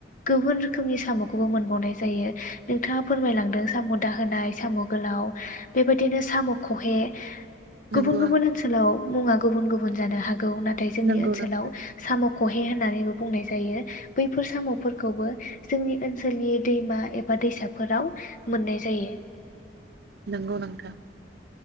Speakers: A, on the left; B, on the right.
A: गुबुन रोखोमनि साम'खौबो मोनबावनाय जायो नोंथाङा फोरमायलांदों साम' दाहोनाय साम' गोलाव बेबायदिनो साम' खहे।
B: नंगौ
A: गुबुन गुबुन ओनसोलाव मुङा गुबुन गुबुन। गुबजानो हागो गौ नाथाय जोंनि
B: नंगौ
A: ओनाव
B: नोंथां
A: साम' खहे होननानै बुंनाय जायो बैफोर साम'फोरखौबो जोंनि ओनसोलनि दैमा एबा दैसाफोराव मोननाय जायो।
B: नंगौ नोंथां